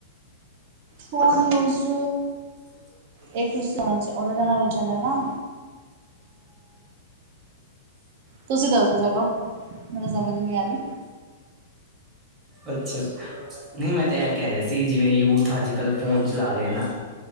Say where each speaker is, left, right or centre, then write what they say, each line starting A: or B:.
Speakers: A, on the right; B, on the right.
A: ਫੋਨ ਯੂਜ
B: ਅੱਛਾ। <unintelligible>
A: ਇਹ ਕੁਛ ਹੋਣਾ ਉਹਦਾ ਜ ਵਿਚ ਹੋਂਦਾ ਨਾ। ਤੁਸੀਂ ਦੱਸਦੇ ਚਲੋ ਮੈਨੂੰ ਸਮਝ ਨੀ ਆ ਰਹੀ।
B: ਅੱਛਾ, ਨੀ ਮੈਂ ਤਾਂ ਇਹ ਕਹਿ ਰਿਹਾ ਸੀ, ਜਿਵੇਂ ਯੂਥ ਅੱਜ-ਕੱਲ੍ਹ ਫੋਨ ਚਲਾ ਰਿਹਾ ਨਾ।